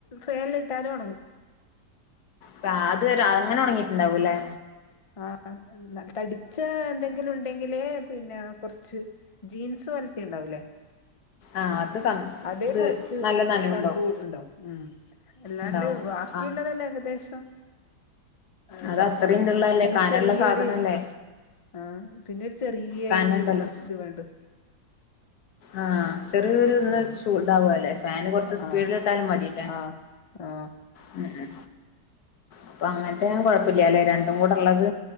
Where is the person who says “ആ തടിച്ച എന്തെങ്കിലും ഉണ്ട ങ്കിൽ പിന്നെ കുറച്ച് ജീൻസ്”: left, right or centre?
Left